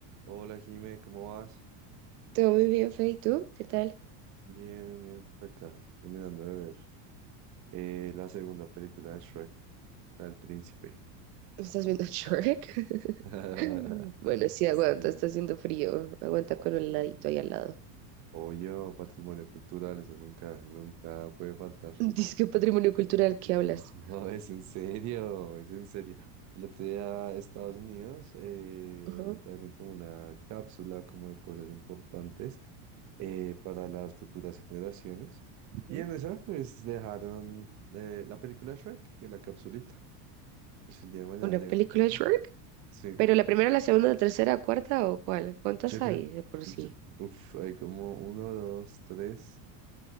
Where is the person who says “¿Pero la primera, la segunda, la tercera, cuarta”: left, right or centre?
Right